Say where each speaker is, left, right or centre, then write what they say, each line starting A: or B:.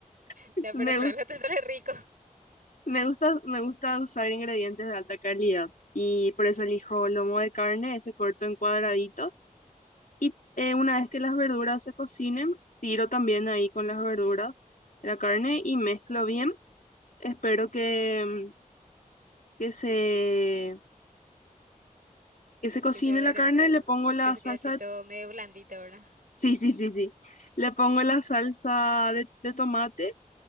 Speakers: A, on the left; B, on the right.
A: <laughs>
B: No, pero
A: me
B: para
A: gusta.
B: algo te sale rico.
A: Me gusta, me gusta usar ingredientes de alta calidad y por
B: Sí.
A: eso elijo lomo de carne, ese corto en cuadraditos. Y eh, una vez que las verduras se cocinen, tiro también ahí con las verduras la carne y mezclo bien. Espero que, mm, que se, que se cocine
B: que se
A: la
B: dorento,
A: carne, le pongo la
B: que se
A: salsa
B: quede así
A: de...
B: todo medio blandito, ¿verdad?
A: Sí, sí, sí, sí. Le pongo la salsa de, de tomate